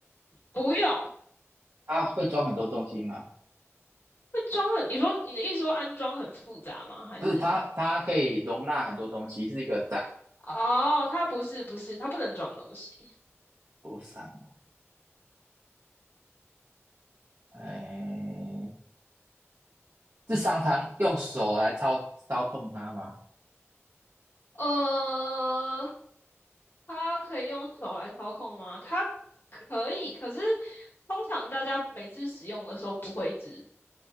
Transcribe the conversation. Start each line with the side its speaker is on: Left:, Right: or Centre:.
Left: 不用。
Right: 它会装很多东西吗？
Left: 会装很，你说你的意思说安装很复杂吗？还是？
Right: 不是，它它可以容纳很多东西，是一个展
Left: 哦，它不是不是，它不能装东西。
Right: 桌上。哎，是常常用手来操操控它吗？
Left: 呃，它可以用手来操控吗？它可以，可是通常大家每次使用的时候不会一直